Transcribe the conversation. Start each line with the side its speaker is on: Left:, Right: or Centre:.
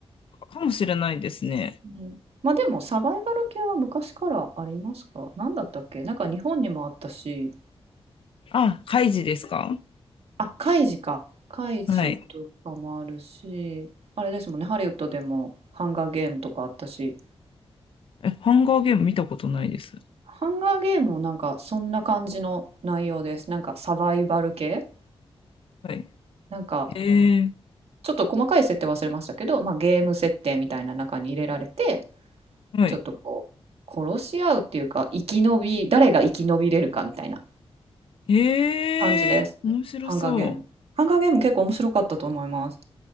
Left: かもしれないですね。
Right: うん、ま、でもサバイバル系は昔からありますか？何だったっけ？なんか日本にもあったし、
Left: あ、カイジですか
Right: あ、カイジか。カイジとかもあるし、
Left: はい。
Right: あれですもんね、ハリウッドでもハンガーゲームとかあったし、
Left: え、ハンガーゲーム見たことないです。
Right: ハンガーゲームもなんかそんな感じの内容です。なんかサバイバル系？
Left: はい。
Right: なんか
Left: へえ、
Right: ちょっと細かい設定忘れましたけど、まあ、ゲーム設定みたいな中に入れられて、
Left: はい。
Right: ちょっとこう殺し合うっていうか、生き延び誰が生き延びれるかみたいな。
Left: へえ、
Right: 感じです。
Left: 面白そう。
Right: ハンガーゲーム。ハンガーゲーム結構面白かったと思います。